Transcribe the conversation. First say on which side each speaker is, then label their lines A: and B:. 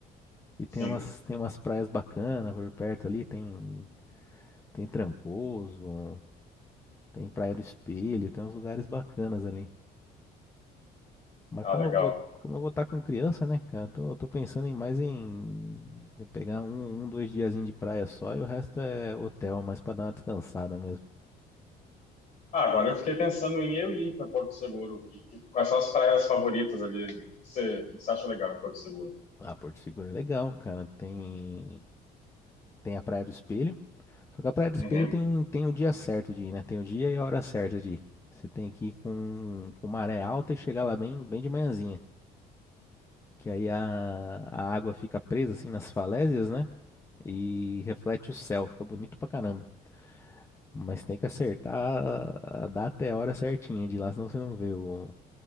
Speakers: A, on the left (about 15°); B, on the left (about 50°).
A: E tem
B: Sim.
A: umas, tem umas praias bacanas por perto ali, tem, tem Trancoso, tem Praia do Espelho, tem uns lugares bacanas ali. Mas
B: Ah,
A: como
B: legal.
A: eu vou, como eu vou estar com criança, né, cara? Tô, tô pensando em mais em eu pegar um, um, dois diazinhos de praia só e o resto é hotel, mais pra dar uma descansada mesmo.
B: Ah, agora eu fiquei pensando em eu ir para Porto Seguro. Que- que- Quais são as praias favoritas ali? O que que você, o que que você acha legal em Porto Seguro?
A: Ah, Porto Seguro é legal, cara. Tem tem a Praia do Espelho. Só que a Praia do Espelho
B: Uhum,
A: tem, tem o dia certo de ir, né? Tem o dia e a hora certa de ir. Você tem que ir com, com maré alta e chegar lá bem, bem de manhãzinha. Que aí a, a água fica presa assim nas falésias, né? E reflete o céu, fica bonito pra caramba. Mas tem que acertar a a data e a hora certinha de ir lá, senão você não vê o,